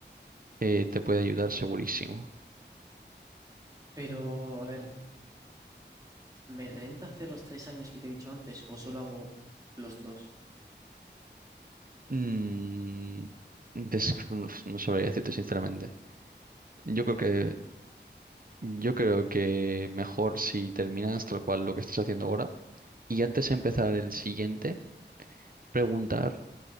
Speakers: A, on the right; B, on the right.
A: eh, te puede ayudar segurísimo.
B: Pero, a ver, ¿me renta hacer los tres años que te he dicho antes o solo hago los dos?
A: Mm, des- no sabría decirte sinceramente. Yo creo que, yo creo que mejor si terminas tal cual lo que estás haciendo ahora y antes de empezar el siguiente, preguntar,